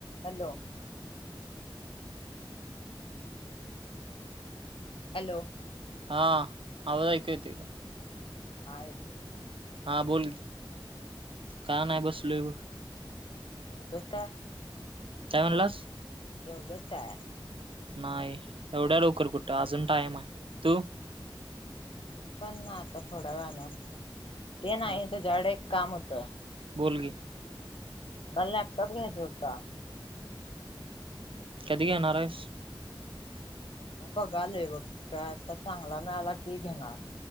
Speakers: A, on the left; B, on the right.
A: Hello..... hello......
B: हा आवाज ऐकू येतोय....
A: आयत.....
B: हा बोल का नाही बसलोय बघ.....
A: <unintelligible>
B: काय म्हणलास?
A: जेवलस काय?
B: नाही एवढ्या लवकर कुठे अजून टाइम आहे तू?
A: मी पण ना आता थोडं वण ते नाही
B: हा
A: तझ्याडे एक काम होतं
B: बोल की.
A: मला लॅपटॉप घ्यायचा होता.
B: कधी घेणार हाईस?
A: आता बघालोय बघ का आता चांगला मिळाला की घेणार.